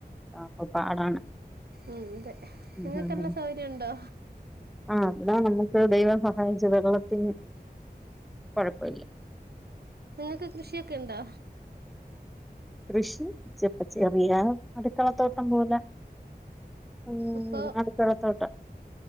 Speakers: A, in the centre; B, on the right (about 70°).
A: അപ്പൊ പാടാണ്
B: ഉം അതെ
A: ഉം.
B: നിങ്ങൾക്കെല്ലാ സൗകര്യം ഉണ്ടോ
A: ആ നമ്മക്ക് ദൈവം സഹായിച്ച് വെള്ളത്തിന് കൊഴപ്പമില്ല
B: നിങ്ങക്ക് കൃഷിയൊക്കെ ഇണ്ടോ
A: കൃഷി ചെപ്പ ചെറിയാ അടുക്കളത്തോട്ടം പോലെ ഉം
B: അപ്പോൾ
A: അടുക്കളത്തോട്ടം